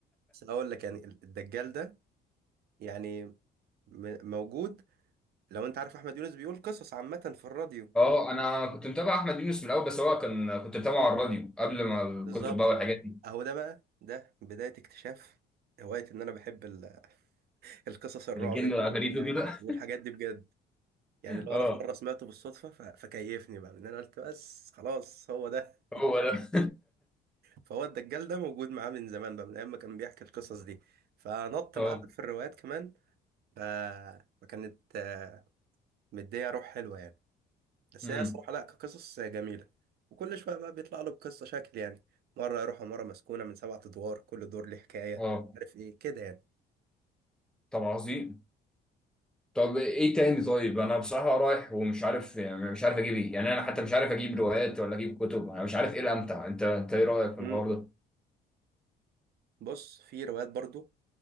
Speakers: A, on the right; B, in the centre.
A: بس هقول لك يعني الدجال ده يعني م- موجود لو انت عارف احمد يونس بيقول قصص عامة في الراديو
B: أه أنا كنت متابع أحمد يونس من الأول بس هو كان كنت متابعه على الراديو قبل ما الكتب
A: بالظبط
B: بقى والحاجات دي
A: اهو ده بقى ده بداية اكتشاف هواية ان انا بحب ال- <laughs> القصص الرعب
B: الجن
A: دي
B: والعفاريت
A: وال-
B: وكده
A: والحاجات دي بجد
B: <laughs>
A: يعني لو
B: أه
A: انا في مرة سمعته بالصدفة ف- فكيفني بقى ان انا قلت بس خلاص هو ده
B: هو ده
A: فهو الدجال ده موجود معاه من زمان بقى من ايام ما كان بيحكي القصص دي فنط
B: أه
A: معاه في الروايات كمان ف... فكانت آه، مدية روح حلوة يعني بس
B: أمم
A: هي الصراحة لا كقصص جميلة وكل شوية بقى بيطلع له بقصة شكل يعني مرة يروحوا مرة مسكونة من سبعة أدوار كل دور ليه حكاية
B: أه
A: عارف إيه كده يعني
B: طب عظيم طب إيه تاني طيب أنا بصراحة رايح ومش عارف يعني مش عارف أجيب إيه يعني أنا حتى مش عارف أجيب روايات ولا أجيب كتب أنا مش عارف إيه الأمتع أنت أنت إيه رأيك في
A: امم
B: الحوار ده؟
A: بص في روايات برضو